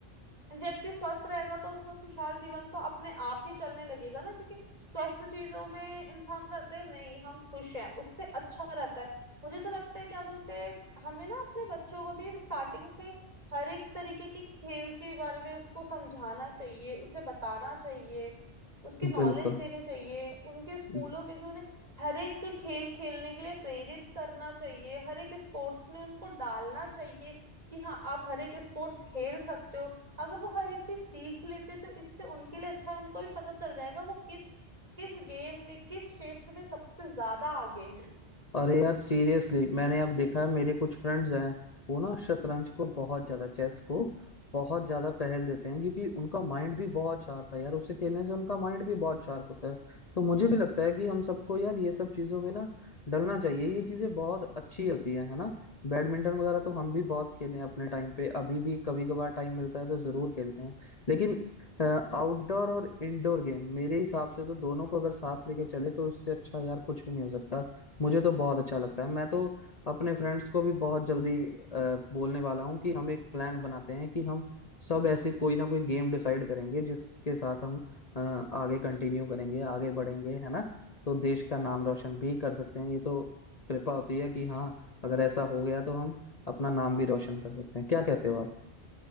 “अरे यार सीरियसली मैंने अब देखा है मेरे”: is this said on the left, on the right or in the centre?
Left